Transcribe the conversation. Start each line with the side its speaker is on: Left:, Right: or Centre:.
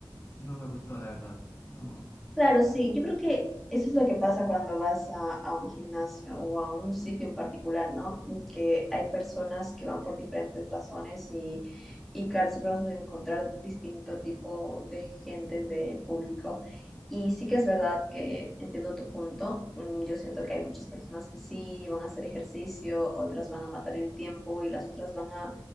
Left: no me gustó, la verdad. No,
Centre: Claro,
Left: así,
Centre: sí, yo creo que eso es lo que pasa cuando vas a, a un gimnasio o a un sitio en particular, ¿no? Mm, Que hay personas que van por diferentes razones y, y claro, siempre vas a encontrar distinto tipo de gente, de público. Y sí que es verdad que entiendo tu punto. mm, Yo siento que hay muchas personas que sí van a hacer ejercicio, otras van a matar el tiempo y las otras van a,